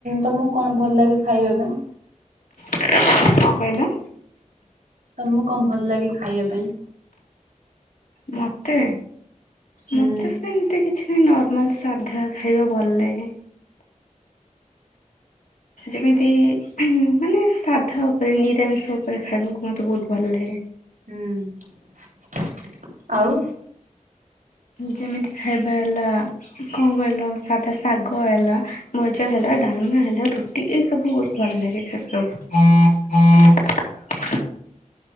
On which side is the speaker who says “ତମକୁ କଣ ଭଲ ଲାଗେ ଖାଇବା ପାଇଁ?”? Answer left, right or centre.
Right